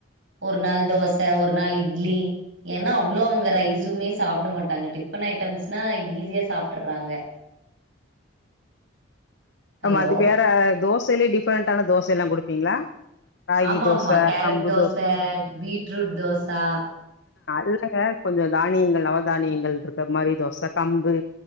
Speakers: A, on the right (about 85°); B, on the left (about 65°).
A: ஒரு நாள் தோச ஒரு நாள் இட்லி ஏன்னா அவ்ளோ அவங்க ரைஸுமே சாப்ட மாட்டாங்க டிஃபன் ஐட்டம்ஸ்னா ஈஸியா சாப்ட்டுறாங்க ஹலோ
B: ஆமா அது வேற தோசலியே டிஃப்ரெண்டான தோசல்லா குடுப்பீங்களா ராகி
A: ஆமா
B: தோச
A: ஆமா கேரட்
B: கம்பு
A: தோச பீட்ரூட் தோசா
B: அது இல்லங்க கொஞ்சோ தானியங்கள் நவதானியங்கள் இருக்க மாரி தோச கம்பு